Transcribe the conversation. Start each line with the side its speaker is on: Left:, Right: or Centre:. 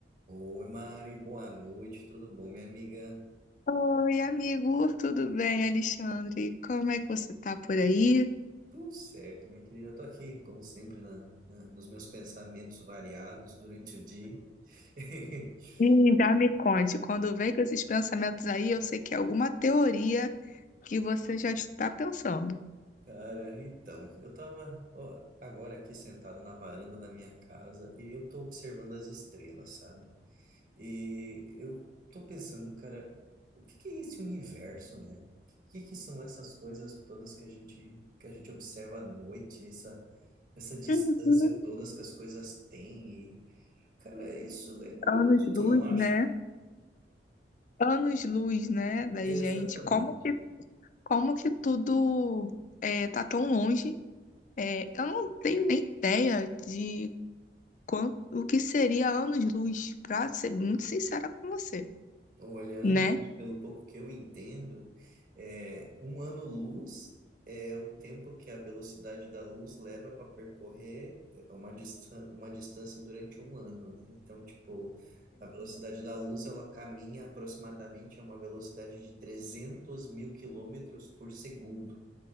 Right: Oi, Mari, boa noite, tudo bom, minha amiga?
Left: Oi, amigo, tudo bem, Alexandre? Como é que você tá por aí?
Right: Tudo certo, minha querida. Eu tô aqui, como sempre, na, na- nos meus pensamentos variados durante o dia. <laughs>
Left: Ih, já me conte, quando vem com esses pensamentos aí, eu sei que é alguma teoria que você já está pensando.
Right: Cara, então, eu tava ó, agora aqui sentado na varanda da minha casa e eu tô observando as estrelas, sabe? E eu tô pensando, cara, o que que é esse universo, né? O que que são essas coisas todas que a gente que a gente observa à noite, essa essa distância
Left: Uhum.
Right: todas que as coisas têm Cara, é isso é curioso,
Left: Anos-luz,
Right: tu não acha?
Left: né? Anos-luz, né, da
Right: Exatamente.
Left: gente. Como que, como que tudo é, tá tão longe? É, eu não tenho nem ideia de quanto, o que seria anos-luz, pra ser muito sincera com você,
Right: Olhando
Left: né?
Right: pelo pouco que eu entendo, é, um ano-luz é o tempo que a velocidade da luz leva para percorrer é, uma, distan uma distância durante um ano, né? Então, tipo, a velocidade da luz, ela caminha aproximadamente a uma velocidade de trezentos mil quilômetros por segundo.